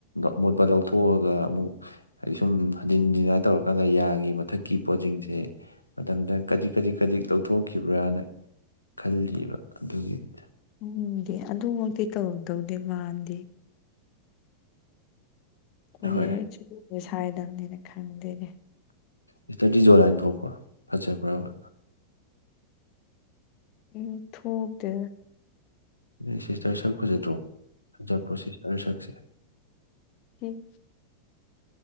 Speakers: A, on the left (about 80°); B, on the left (about 40°).
A: ꯑꯃꯣꯠꯄ ꯂꯧꯊꯣꯛꯑꯒ ꯑꯃꯨꯛ ꯍꯥꯏꯗꯤ ꯁꯨꯝ ꯍꯟꯖꯤꯟꯖꯤꯟꯥꯏ ꯇꯧꯔꯀꯥꯟꯗ ꯌꯥꯒꯤ ꯃꯊꯛꯀꯤ ꯄꯣꯠꯁꯤꯡꯁꯦ ꯃꯇꯝꯗ ꯀꯔꯤ ꯀꯔꯤ ꯀꯔꯤ ꯇꯧꯊꯣꯛꯈꯤꯕ꯭ꯔꯥꯅ ꯈꯜꯂꯤꯕ ꯑꯗꯨꯒꯤꯅꯤꯗ
B: ꯎꯝꯗꯤ ꯑꯗꯨꯃꯛꯇꯤ ꯇꯧꯗꯧꯗꯦ ꯃꯥꯟꯗꯤ ꯀꯣꯏꯦ
A: ꯍꯣꯏ
B: ꯁꯨꯁꯦ ꯁꯥꯏꯗꯕꯅꯤꯅ ꯈꯪꯗꯦꯅꯦ
A: ꯏꯁꯇꯗꯤ ꯖꯣ ꯂꯥꯏꯟ ꯊꯣꯛꯄ꯭ꯔꯣ ꯐꯖꯕ꯭ꯔꯕ
B: ꯎ ꯊꯣꯛꯣꯛꯗ
A: ꯅ ꯁꯤꯁꯇꯔ ꯁꯛ ꯐꯖꯗ꯭ꯔꯣ ꯐꯖꯕ꯭ꯔꯣ ꯁꯤꯁꯇꯔ ꯁꯛꯁꯦ
B: ꯎꯝ